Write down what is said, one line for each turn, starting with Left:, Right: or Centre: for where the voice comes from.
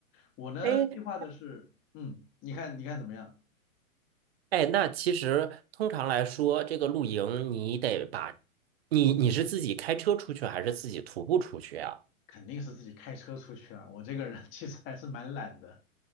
Left: 我呢计划的是，
Right: 哎。
Left: 嗯，你看你看怎么样？
Right: 哎，那其实通常来说，这个露营你得把，你你是自己开车出去还是自己徒步出去呀？
Left: 肯定是自己开车出去啊，我这个人 <laughs> 其实还是蛮懒的。